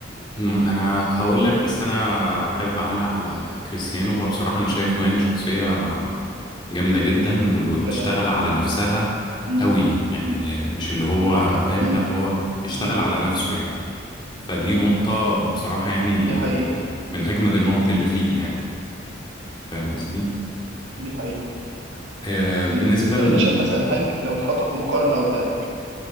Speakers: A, on the left; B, on the right.
A: أمم، أنا هقول لك بس أنا حابب أعلق على كريستيانو هو بصراحة أنا شايفه يعني شخصية جامدة جدا وبتشتغل
B: تمام
A: على نفسها
B: مم.
A: قوي يعني
B: مم.
A: مش اللي هو فاهم
B: مم.
A: لا هو بيشتغل
B: مم.
A: على نفسه يعني فدي نقطة بصراحة يعني
B: دي حقيقه
A: من أجمد النقط اللي فيه يعني فاهم قصدي؟
B: دي حقيقه
A: آه بالنسبة
B: مم. طب
A: ل-
B: انت شايف مثلا هل ك- لو اتحطوا في مقارنه قدامك